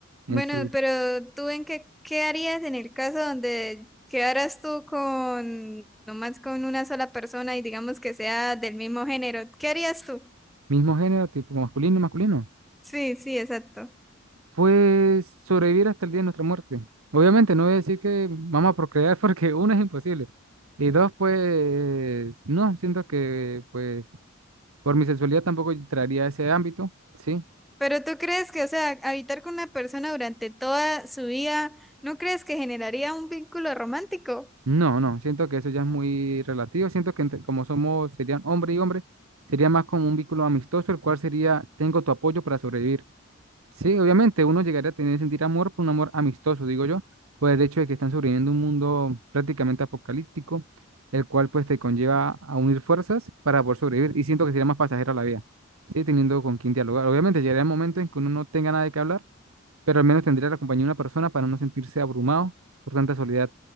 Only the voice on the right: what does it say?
en
su
mismo género, tipo masculino y masculino.
Pues sobrevivir hasta el día de nuestra muerte. Obviamente no voy a decir que vamos a procrear porque <laughs> uno es imposible y dos pues no, siento que pues por mi sexualidad tampoco entraría a ese ámbito, ¿sí?
No, no, siento que eso ya es muy relativo, siento que entre- como somos, serían hombre y hombre, sería más como un vínculo amistoso, el cual sería, tengo tu apoyo para sobrevivir. Sí, obviamente, uno llegaría a tener, sentir amor por un amor amistoso, digo yo, por el hecho de que están sobreviviendo un mundo prácticamente apocalíptico, el cual pues te conlleva a unir fuerzas para poder sobrevivir. Y siento que sería más pasajera la vida, ¿sí? Teniendo con quién dialogar. Obviamente llegará el momento en que uno no tenga nada de qué hablar pero al menos tendría la compañía de una persona para no sentirse abrumado por tanta soledad.